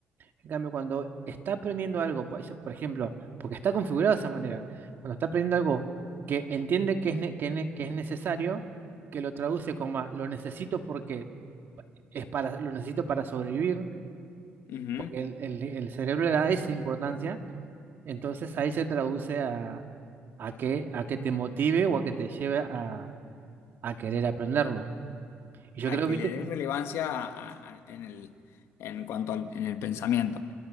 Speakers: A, on the right; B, on the left.
A: En cambio, cuando está aprendiendo algo, por por ejemplo, porque está configurado de esa manera, cuando está aprendiendo algo que entiende que es, ne- que ne- que es necesario, que lo traduce como a, lo necesito porque es para, lo necesito para sobrevivir,
B: ujú,
A: porque el el- el cerebro le da esa importancia entonces ahí se traduce a, a que, a que te motive o a que te lleve a, a querer aprenderlo. Y yo
B: A
A: creo,
B: que
A: viste,
B: le des relevancia a- a- en el, en cuanto al, en el pensamiento.